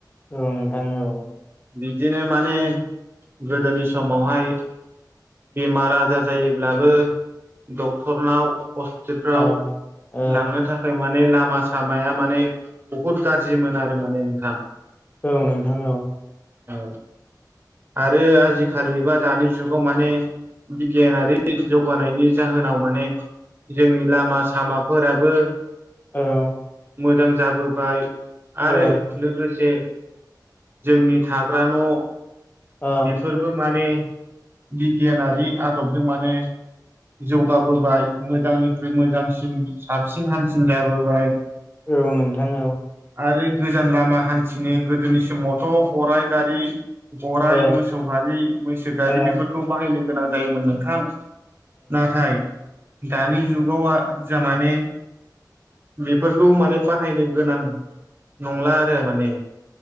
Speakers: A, on the left; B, on the right.
A: औ नोंथां औ
B: बिदिनो माने गोदोनि समावहाय बेमार आजार जायोब्लाबो डक्टरनाव हस्पिटालफ्राव
A: औ औ
B: लांनो था खाय माने लामा सामाया माने बहुद गाज्रिमोन आरो माने नोंथाङा
A: औ नोंथां औ
B: औ आरो आजिखालि बा दानि जुगाव माने बिगियानारि जौगानायनि जाहोनाव माने जोंनि लामा सामाफोराबो
A: औ
B: मोजां जाबोबाय आरो
A: औ
B: लोगो से जोंनि थाग्रा न'
A: औ
B: बेफोर बो माने बिगियानारि आदबजों माने जौगाबोबाय मोजांनिख्रुइ मोजांसिन साबसिन हामसिन जाबोबाय
A: औ नोंथां औ
B: आरो गोजान लामा हान्थिनो गोदोनि समावथ' गरराय गारि गराय
A: औ
B: मोसौ गारि मैसो गारि
A: औ औ
B: बेफोरखौ बाहायनो गोनां जायोमोन नोंथां नाथाय दानि जुगाव आ जामाने बेफोरखौ माने बाहायनो गोनां नंला आरो माने